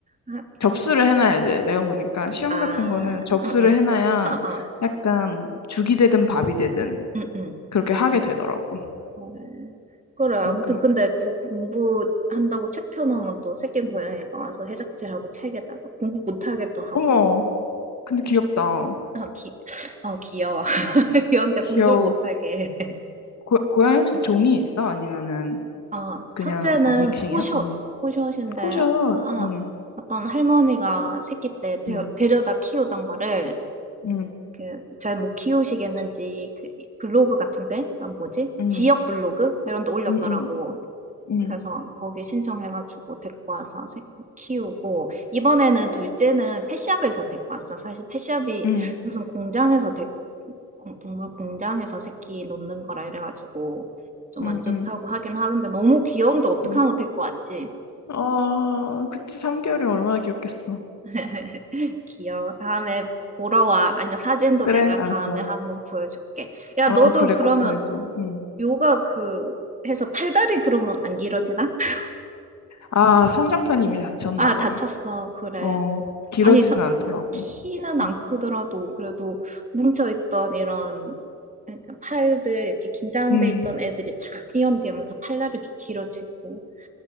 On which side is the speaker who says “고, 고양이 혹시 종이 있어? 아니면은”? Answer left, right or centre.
Left